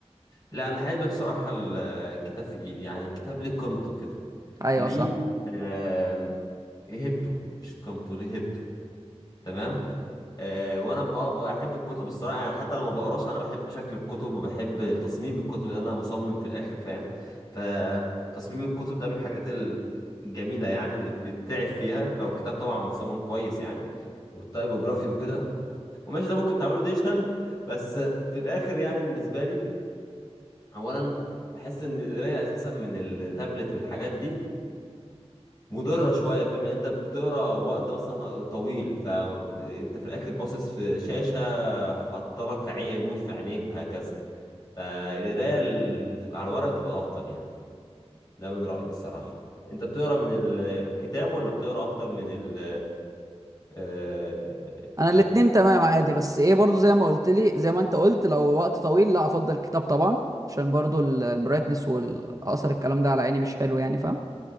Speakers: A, on the left; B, on the right.
A: لا انا حابب بصراحه ال- الكتاب في ايدي يعني الكتاب ليه قيمته كده
B: ايوه
A: ليه
B: صح
A: آم، ايه هبته مش قيمته ليه هبته تمام آه وانا بقى- بحب الكتب الصراحه يعني حتى لما بقراش انا بحب شكل الكتب وبحب تصميم الكتب لان انا مصمم في الاخر فاهم فتصميم الكتب ده من الحاجات الجميله يعني اللي بتتعب فيها لو الكتاب طبعا متصمم كويس يعني والتايبوجرافي وكده وماشي ده ممكن تعمله ديجيتال بس في الاخر يعني بالنسبه لي اولا بحس ان القرايه اساسا من التابلت والحاجات دي مضرة شوية فاهم ان انت بتقرا وقت مثلا طويل فانت في الاخر باصص في شاشة حاطلك عين نور في عينيك وهكذا فالقراية اللي بتبقى على الورق بتبقى افضل يعني ده من رأيي الصراحة انت بتقرا من ال- الكتاب ولا بتقرا اكتر من ال آه،
B: انا
A: لك
B: الاتنين تمام عادي بس ايه برضو زي ما قلت لي زي ما انت قلت لو وقت طويل لا افضل الكتاب طبعا عشان برضو البرايتنس والاثر الكلام ده على عيني مش حلو يعني فاهم